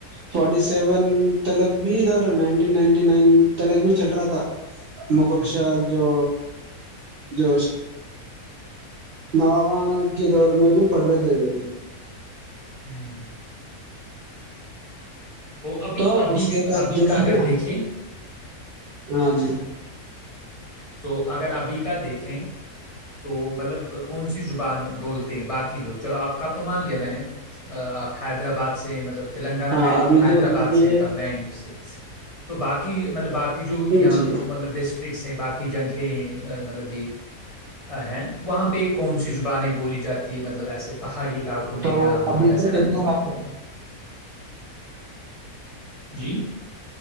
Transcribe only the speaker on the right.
فٹی سیون تلک بھی ادھر نائنین نائنٹی نائن تلک بھی چل رہا تھا مغل
شاب جو جو نوابا کے دور میں بھی پڑھ رہے تھے جوب بھی
تو
اس کے بعد
جو
ہے
ہاں جی
ہاں
ابھی
تو دیکھیے
جی
تو
ابھی
تو تیلگو
بات کر